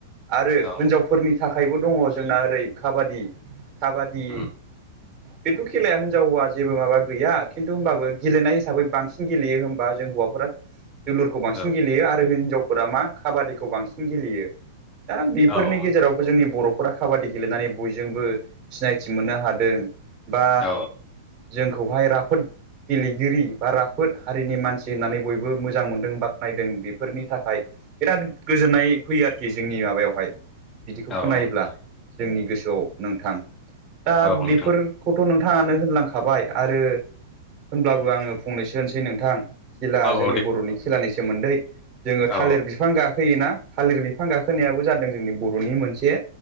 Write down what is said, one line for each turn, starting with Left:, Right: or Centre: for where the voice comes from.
Right: आरो
Left: औ नोंथां
Right: हिनजावफोरनि थाखाय बो दङ जोंना ओरै काबादि काबादि
Left: उम
Right: बेथ' खेलाया हिनजाव हौवा जेबो माबा गैया खिन्थु होमबाबो गेलेनाय हिसाबै बांसिन गेलेयो होमबा जों हौवाफोरा जोलुरखौ बांसिन
Left: औ
Right: गेलेयो आरो हिनजावफोरा मा काबादिखौ बांसिन गेलेयो दा बेफोरनि
Left: औ उम
Right: गेजेरावबो जोंनि बर' नखरा काबादि गेलेनानै बयजोंबो सिनायथि मोननो हादों बा
Left: औ
Right: जोंखौहाय राफोद गेलेगिरि बा राफोद हारिनि मानसि होननानै बयबो मोजां मोनदों बाखानायदों बेफोरनि थाखाय बिराद गोजोननाय फैयो आरोखि जोंनि माबायावहाय बिदिखौ
Left: औ
Right: खोनायोब्ला
Left: औ
Right: जोंनि गोसोआव नोंथां दा
Left: औ नोंथां
Right: बेफोरखौ थ' नोंथाङानो होनलांखाबाय आरो होनब्लाबो आङो फंनैसो होनसै नोंथां खेला
Left: औ
Right: जोंनि
Left: औ दे
Right: बर'नि खेलानि सोमोन्दै जोङो
Left: औ
Right: थालिर बिफां गाखोयोना थालिर बिफां गाखोनायाबो जादों जोंनि बर'नि मोनसे